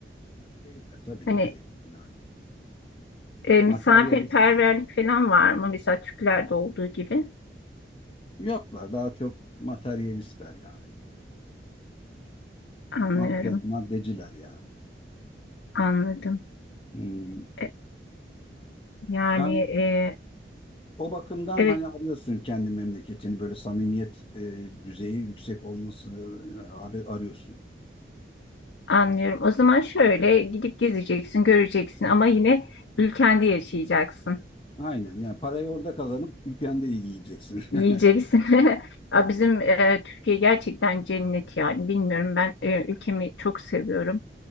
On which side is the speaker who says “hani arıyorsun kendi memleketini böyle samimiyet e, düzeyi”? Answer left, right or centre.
Left